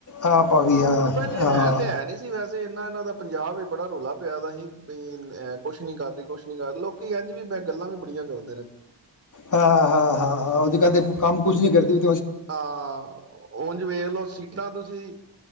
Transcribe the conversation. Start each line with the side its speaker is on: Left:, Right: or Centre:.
Left: ਆ ਪਾ ਗਈ ਹਾਂ
Right: ਤੇ ਪਹਿਲੇ
Left: ਹਾਂ
Right: ਹੈ ਤੇ ਹੈ ਨੀ ਸੀ ਬਸ ਇਹਨਾ ਇਹਨਾਂ ਦਾ ਪੰਜਾਬ ਬੜਾ ਰੌਲਾ ਪਿਆ ਦਾ ਸੀ ਬਈ ਅ ਕੁਛ ਨੀ ਕਰ ਰਹੀ ਕੁਛ ਨੀ ਕਰ ਰਹੀ ਲੋਕੀ ਇੰਝ ਵੀ ਮੈਂ ਗੱਲਾਂ ਵੀ ਬੜੀਆਂ ਕਰਦਾ
Left: ਹਾਂ ਹਾਂ ਹਾਂ ਹਾਂ ਉਹਦੇ ਕਹਿੰਦੇ ਕੰਮ ਕੁਛ ਨੀ ਕਰਦੀ ਵੀ
Right: ਹਾਂ ਉਝ ਵੇਖ ਲਓ ਸੀਟਾਂ ਤੁਸੀਂ